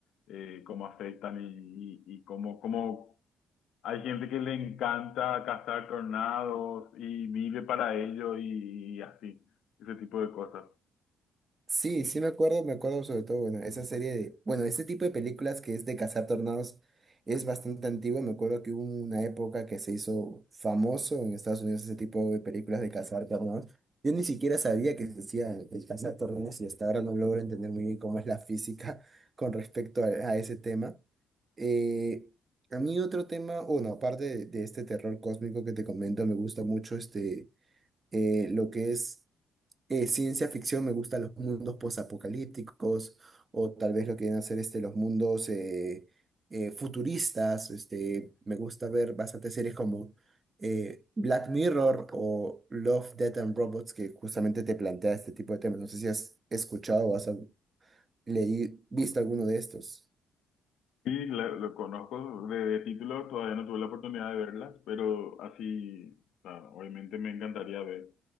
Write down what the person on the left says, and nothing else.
eh, cómo afectan y, y, y cómo, cómo hay gente que le encanta cazar tornados y vive para ello y y así, ese tipo de cosas.
Sí, la- lo, conozco de, de título, todavía no tuve la oportunidad de verlas, pero así, o sea, obviamente me encantaría ver